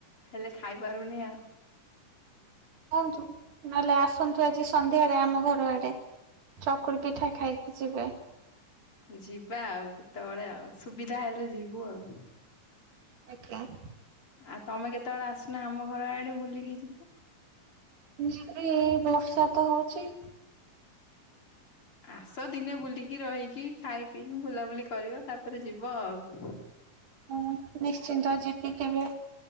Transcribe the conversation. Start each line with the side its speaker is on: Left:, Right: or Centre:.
Left: ହେଲେ ଖାଇ ପାରୁନି ଆଉ।
Right: କାଇଁକି, ନହେଲେ ଆସନ୍ତୁ ଆଜି ସନ୍ଧ୍ୟାରେ ଆମ ଘର ଆଡେ। ଚକୁଳି ପିଠା ଖାଇକି ଯିବେ।
Left: ଯିବା ଆଉ କେତେବେଳେ ଆଉ ସୁବିଧା ହେଲେ ଯିବୁ ଆଉ।
Right: ଆଜ୍ଞା ‌।
Left: ଆଉ ତମେ କେତେବେଳେ ଆସୁନ ଆମ ଘର ଆଡେ ବୁଲିକି ଯିବ।
Right: ଯିବି, ବର୍ଷା ତ ହଉଚି।
Left: ଆସ ଦିନେ ବୁଲିକି, ରହିକି, ଖାଇ ପିଇକି, ବୁଲାବୁଲି କରିବ, ତାପରେ ଯିବ ଆଉ।
Right: ହଁ ନିଶ୍ଚିନ୍ତ ଯିବି କେବେ,